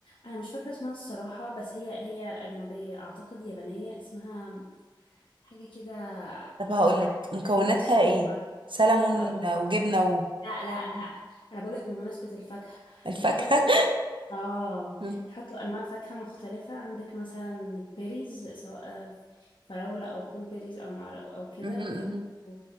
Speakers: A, on the left (about 75°); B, on the right (about 75°).
A: انا مش فاكره اسمها الصراحه بس هي هي اجنبيه اعتقد يابانيه اسمها حاجة كده آه،
B: طب هقول
A: حاجة
B: لك مكوناتها
A: هرشيمة
B: ايه سلمون
A: هقول لك
B: آه، وجبنة
A: لا لا لا أنا بقول لك بمناسبة الفاكهة
B: والفاكهة
A: بيحطوا آه
B: <laughs> مم.
A: بيحطوا أنواع فاكهة مختلفة عندك مثلا بيريز سواء آه، فراولة أو بلو بيريز أو معر- أو كده
B: مم. مم.
A: وبيحطوا